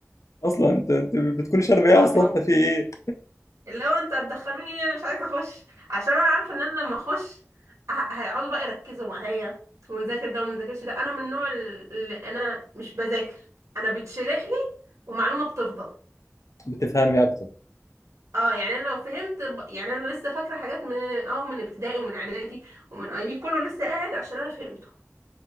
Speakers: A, on the left; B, on the right.
A: اصلا انت انت بتكون شارب ايه على
B: اصلا
A: الصبح في ايه
B: اللي هو انت هتدخلوني ليه انا مش عايزه اخش عشان انا عارفه ان انا لما اخش ه- هيقعدوا بقى يركزوا معايا ونذاكر ده ومنذاكرش ده انا من النوع ال- اللي انا مش بذاكر انا بتشرح لي ومعلومه بتفضل
A: بتفهمي اكتر
B: اه يعني انا لو فهمت ب- يعني انا لسه فاكره حاجات من اه من ابتدائي ومن اعدادي ومن اي كله لسه قاعد عشان انا فهمته